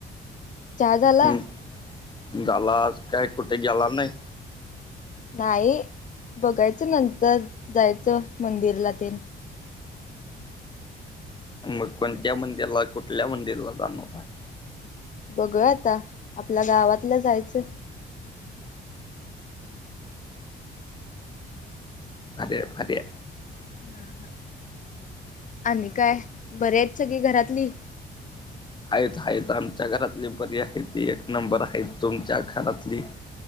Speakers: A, on the left; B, on the left.
A: चहा झाला?
B: हम्म, झाला, आज काय कुठे गेला नाही?
A: नाही बघायचं नंतर जायचं मंदिरला ते.
B: मग कोणत्या मंदिरला कुठल्या मंदिरला जाणार आहेत?
A: बघूया आता आपल्या गावातल्या जायचयं.
B: भारीय, भारीय.
A: हा हा आणि काय बरी आहेत सगळी घरातली?
B: आहेत, आहेत आमच्या घरातली बरी आहेत ती एक नंबर आहेत, तुमच्या घरातली?